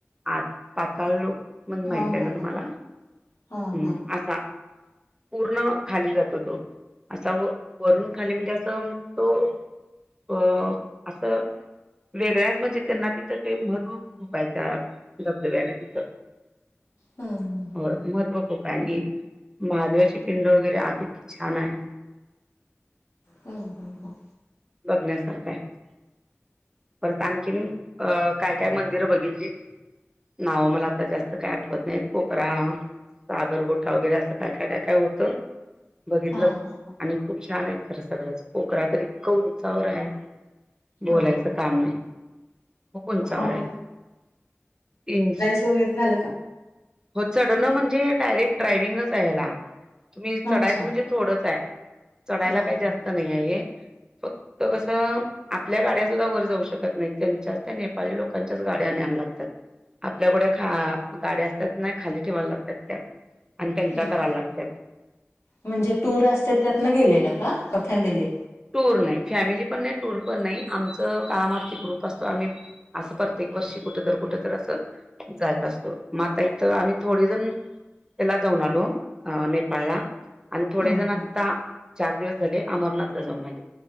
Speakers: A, on the right; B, on the left.
A: आ ज पातळ म्हण माहित
B: हा
A: आहे
B: हा
A: ना तुम्हाला
B: हा हा
A: ह्
B: हा
A: असा पूर्ण खाली जातो तो असा व वरून खाली म्हणजे असं तो. अ असं. वेगळ्याच म्हणजे त्यांना तिथं ते महत्त्व खूपात्या धबधब्याला तिथं.
B: हम्म हम्म
A: हो महत्व खूप आणि महादेवाची. पिंड वगैरे आहे कि छान आहे.
B: ह हो हो...
A: बघण्यासारखा आहे. परत आणखीन काय काय मंदिरं बघितलीत. नाव मला आता जास्त काय आठवत नाहीत पोकरा. सागर गोटा वगैरे असं काय काय काय काय होतं बघितलं
B: हा हा हा
A: आणि खूप छान आहे. खरं सगळंच पोकरा तर इतकं उंचावर आहे. बोलायचं
B: हा हा हा
A: काम नाही खूप उंचावर
B: होय
A: आहे इनस.
B: <unintelligible>
A: हो चढण म्हणजे डायरेक्ट ड्रायविंगच आहे याला. तुम्ही चढायचं
B: अच्छा
A: म्हणजे थोडंच आहे चढायला
B: हम्म
A: काय
B: हम्म
A: जास्त नाही आहे हे फक्त. तो कसं. आपल्या गाड्या सुुद्धा वर जाऊ शकत नाही त्यांच्याच त्या नेपाळी लोकांच्याच गाड्या आणा्यायला लागतात. आपल्यागाड्या असतात नाही खाली ठेवायला लागतात त्या. आणि त्यांच्या
B: ह्
A: करायला
B: ह
A: लागतात
B: म्हणजे टूर असते त्यातन गेलेला का फॅमिली.
A: टूर नाही फॅमिली पण नाही टूर पण नाही आमच कामतील ग्रुप असतो आम्ही. असं प्रत्येक वर्षी कुठ तर कुठ तर असं. जात असतो म आता इथं आम्ही जण त्याला जाऊनआलो नेपाळ. नेपाळ आणि थोडे
B: हम्म
A: जण
B: हम्म
A: आता चार दिवस झाले अमरनाथला जाऊन लागले